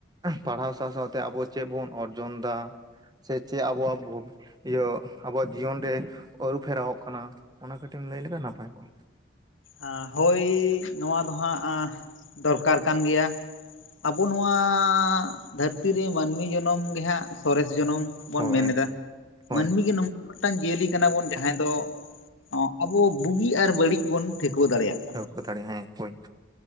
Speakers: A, on the right (about 20°); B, on the left (about 90°).
A: ᱯᱟᱲᱦᱟᱣ ᱥᱟᱶ ᱥᱟᱶᱛᱮ ᱟᱵᱚ ᱪᱮᱫ ᱵᱚᱱ ᱚᱨᱡᱚᱱ ᱫᱟ ᱥᱮ ᱪᱮᱫ ᱟᱵᱚᱣᱟᱜ ᱤᱭᱟᱹ ᱟᱵᱚᱣᱟᱜ ᱡᱤᱭᱚᱱ ᱨᱮ ᱟᱹᱨᱩ ᱯᱷᱮᱨᱟᱣᱚᱜ ᱠᱟᱱᱟ ᱚᱱᱟ ᱠᱟᱹᱴᱤᱜ ᱮᱢ ᱞᱟᱹᱭ ᱞᱮᱠᱷᱟᱱ ᱱᱟᱯᱟᱭ ᱠᱚᱜᱼᱟ ᱾
B: ᱟ ᱦᱳᱭ ᱱᱚᱣᱟ ᱫᱚ ᱦᱟᱸᱜ ᱟᱸ ᱫᱚᱨᱠᱟᱨ ᱠᱟᱱ ᱜᱮᱭᱟ ᱾ ᱟᱵᱚ ᱱᱚᱣᱟᱻ ᱫᱷᱟᱹᱨᱛᱤ ᱨᱮ ᱢᱟᱹᱱᱢᱤ ᱡᱚᱱᱚᱢ ᱜᱮ ᱦᱟᱸᱜ ᱥᱚᱨᱮᱥ ᱡᱚᱱᱚᱢ
A: ᱠᱚᱜᱼᱟ
B: ᱵᱚᱱ ᱢᱮᱱ
A: ᱦᱳᱭ
B: ᱮᱫᱟ
A: ᱦᱳᱭ
B: ᱢᱟᱹᱱᱢᱤ ᱜᱮ ᱱᱚᱝ ᱢᱤᱫᱴᱟᱝ ᱡᱤᱭᱟᱹᱞᱤ ᱠᱟᱱᱟ ᱵᱚᱱ ᱡᱟᱦᱟᱸᱭ ᱫᱚ ᱚᱜ ᱟᱵᱚ ᱵᱩᱜᱤ ᱟᱨ ᱵᱟᱹᱲᱤᱡ ᱵᱚᱱ ᱠᱩᱣᱟᱹ ᱫᱟᱲᱮᱭᱟᱜ ᱠᱟᱱᱟ ᱾
A: <unintelligible> ᱦᱮᱸ ᱦᱳᱭ